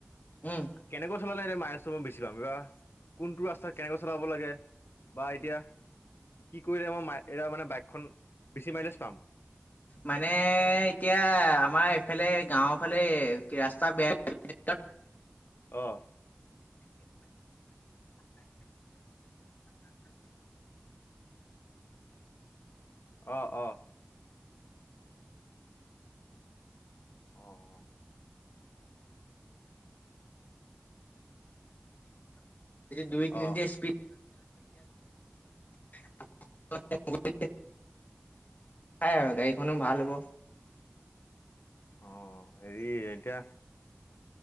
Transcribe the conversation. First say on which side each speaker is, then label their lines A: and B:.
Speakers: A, on the left (about 50°); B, on the left (about 70°).
A: উম
B: কেনেকৈ চলালে নে এনে মাইলেজ বেছি পাম বা কোনটো ৰাস্তাত কেনেকৈ চলাব লাগে? বা এতিয়া কি কৰিলে আমাৰ ম এৰা মানে বাইকখন বেছি মাইলেজ পাম?
A: মানে এতিয়া আমাৰ এইফালে গাঁওৰ ফালে ৰাস্তা বেয়া
B: অঁ। অ-অ। অ-অ।
A: দুই তিনিটা
B: অ',
A: স্পী <unintelligible> নাই আৰু গাড়ীখনো ভাল হ'ব।
B: অ হেৰি এতিয়া